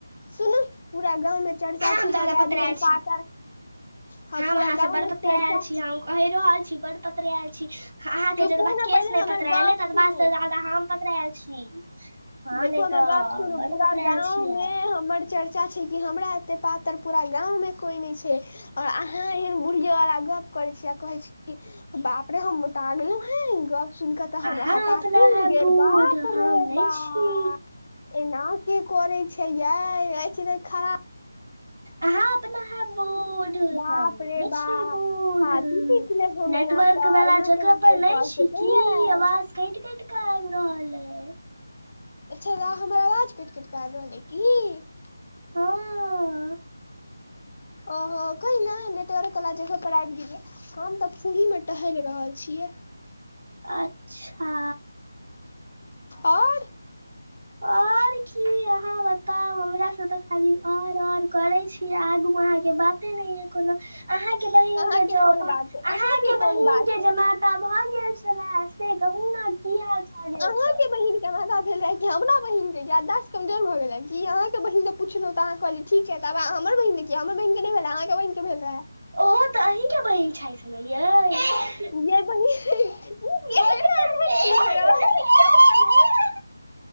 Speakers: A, on the left; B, on the right.
A: सुनूऽ पूरा गाँवमे चर्चा
B: हम
A: छै हमरा
B: जादा पतरायल
A: जेहन पातर हँ
B: हम
A: पूरा
B: अहाँ से
A: गाँव
B: बड़
A: मे
B: पतरैल
A: चर्चा
B: छी
A: छै
B: हम कहि रहल छी बड पत्रेआएल छी अहाँ
A: चुपू
B: के जतबा
A: ने
B: केस
A: पहिले
B: नहि
A: हमर
B: पत्रराेएल
A: गप
B: यै ततबा
A: सुनू
B: से जादा हम पतराएल छी हँ
A: देखो
B: नहि तऽ
A: नै गप सुनू
B: बड्ड
A: पूरा
B: पतरायल
A: गाँंव
B: छी आइ
A: मे हमर चर्चा छै कि हमरा एते पातर पुरा गाँव मे कोइ नय छैय ओर अहाँ एहन बुढ़ियेवला गप्प करैत छी आ कहै छी की बाप रे हम मोटा गेलो हैं गप सुन कऽ तऽ
B: अहाँ
A: हमरा हतासी
B: अपना
A: उठि
B: है
A: गेल
B: बूढ
A: बाप
B: हम
A: रे
B: नय
A: बाप
B: छी
A: एना के करे छै ये ऐठिन खरा
B: अहाँ अपना हैब बूढ़
A: बाप
B: हम
A: रे
B: नय छी
A: बाप
B: बूढ़
A: छाती पीट लेब हम
B: नेटवर्क
A: एना तऽ
B: वला
A: एना
B: जगह
A: केना
B: पर
A: कोइ
B: नइ
A: कऽ
B: छी
A: सकैये
B: कि आवाज कैट कैट का आब रहल ऐ
A: अच्छा हमर आवाज काट कट कऽ आब रहल अइ की
B: हाँ
A: ओहो कहिने नेटवर्क वला जगह पर आइब गेलिय हम तऽ फूही मे टहेल रहल छियै
B: अच्छा
A: ओर
B: और की अहाँ बताउ हमरा से तऽ खाली ओर ओर करे छी आगू अहाँ के बात बाते नइया कोनो अहाँके बहिन
A: अहाँके
B: के जो
A: कोन
B: अहाँके
A: बात अइ कोन
B: बहिन
A: बात
B: के
A: अइ
B: जो मारत सा भाग्या छलए से कहु ने की हाल चाल य
A: अहाँके
B: ओकर
A: बहिन दरभंगा भेल रहे कि हमरा बहिन के याददाश्त कमजोर भ गेलै कि अहाँ के बहिन दे पुछलो तऽ अहाँ कहलिय ठीक है तब हमर बहिन ने कीया हमर बहि के नय भेलै अहाँके बहिने भेल रहै
B: ओहो तऽ अहींके बहिन छैथ न यै
A: ये बहिन
B: बड सर्दी
A: ई
B: भ गेलै
A: <unintelligible>